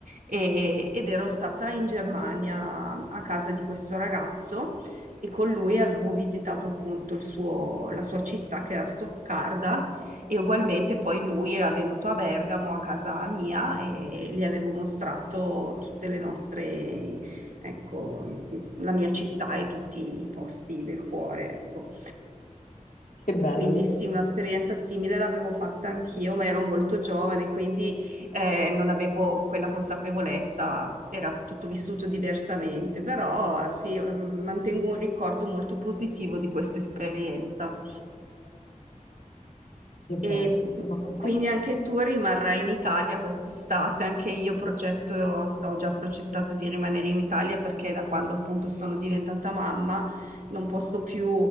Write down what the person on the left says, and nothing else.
Che bello,
lì
Che bello,
sono contenta
che...